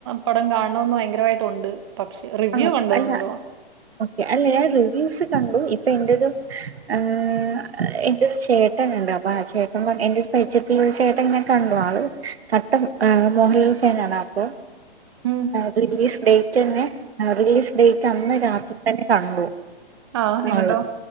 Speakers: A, on the right; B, on the right.
A: പടം കാണണമെന്ന് ഭയങ്കരമായിട്ടൊണ്ട് പക്ഷേ റിവ്യൂ
B: ആഹ്
A: <unintelligible> മാത്രമുള്ളു
B: അല്ല ഓക്കെ അല്ലേ ഞാൻ റിവ്യൂസ് കണ്ടു ഇപ്പൊ എൻ്റെത് ഏഹ് എൻ്റൊരു ചേ ട്ടനൊണ്ട് അപ്പൊ ആ ചേട്ടൻ പറ എന്റെ ഒരു പരിചയത്തില് ഒരു ചേട്ടനെ ഞാൻ കണ്ടു ആള് കട്ട ആഹ് മോഹൻലാൽ ഫാനാണപ്പൊ
A: ഉം
B: റിലീസ് ഡേറ്റന്നെ ആഹ് റീലീസ് ഡേറ്റ് അന്ന് രാത്രി തന്നെ കാണാൻപോകും
A: ആ
B: മാളില്
A: എന്നിട്ടോ